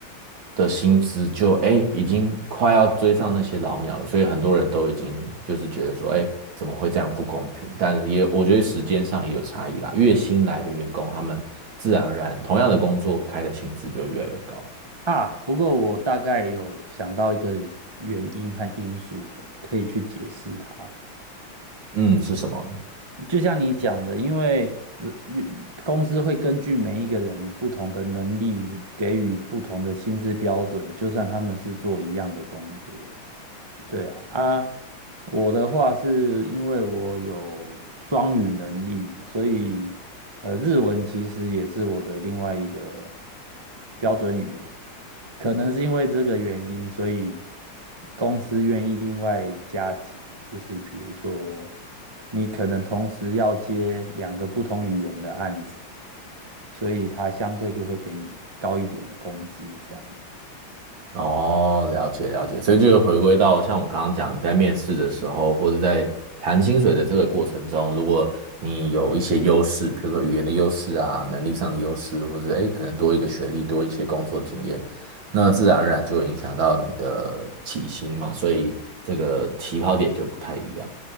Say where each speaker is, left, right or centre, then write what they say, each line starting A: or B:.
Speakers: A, on the right; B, on the right.
A: 的薪资就哎已经快要追上那些老鸟了，所以很多人都已经就是觉得说哎怎么会这样不公平？但也我觉得时间上也有差异啦，越新来的员工他们自然而然同样的工作开的薪资就越来越高。
B: 啊，不过我大概有想到一个原因和因素了可以去解释它。
A: 嗯，是什么呢？
B: 就像你讲的，因为呃员公司会根据每一个人不同的能力，给予不同的薪资标准，就算他们是做一样的工作。对啊，啊，我的话是因为我有双语能力，所以呃，日文其实也是我的另外一个标准语言。可能是因为这个原因，所以公司愿意另外加急。就是比如说你可能同时要接两个不同语言的案子，所以它相对就会给你高一点的工资，这样。
A: 哦，了解了解，所以就回归到像我刚刚讲，你在面试的时候，或者在谈薪水的这个过程中，如果你有一些优势，比如说语言的优势啊，能力上的优势，或者诶可能多一个学历，多一些工作经验，那自然而然就会影响到你的起薪嘛，所以这个起跑点就不太一样。